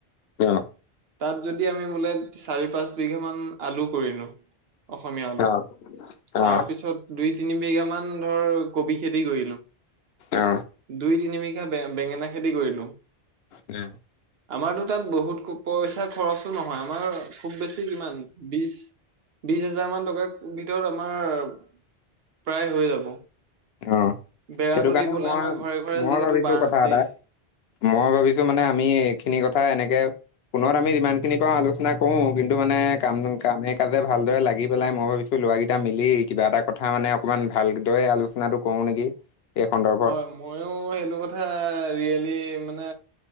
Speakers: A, on the left; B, on the right.
A: অ
B: তাত যদি আমি বোলে চাৰি পাঁচ বিঘা মান আলু কৰিলো। অসমীয়া আলু
A: অ অ
B: তাৰপিছত, দুই তিনি বিঘা মান ধৰ কবি খেতি কৰিলো।
A: অ
B: দুই তিনি বিঘা বেঙেনা খেতি কৰিলো।
A: দেহ,
B: আমাৰতো তাত বহুত পইচা খৰচো নহয় আমাৰ খুব বেছি কিমান বিশ, বিশ হাজাৰ মান টকাৰ ভিতৰত আমাৰ প্ৰায় হৈ যাব
A: অ
B: বেৰাটো
A: সেইটো কাৰণে
B: দিবলে
A: মই
B: আমাৰ ঘৰে ঘৰে
A: মই
B: যিহেতু
A: ভাবিছো
B: বাহ
A: কথা
B: আছেই।
A: এটা মই ভাবিছো মানে আমি এইখিনি কথা এনেকে। ফোনত আমি যিমানখিনি পাৰো আলোচনা কৰো কিন্তু মানে কাম কামে কাজে ভালদৰে লাগি পেলাই মই ভাবিছোঁ ল'ৰাকেইটা মিলি কিবা এটা কথা মানে অকণমান ভালদৰে আলো চনাটো কৰো নেকি এই সন্দৰ্ভত।
B: হয় ময়ো সেইটো কথা ৰিয়েলি মানে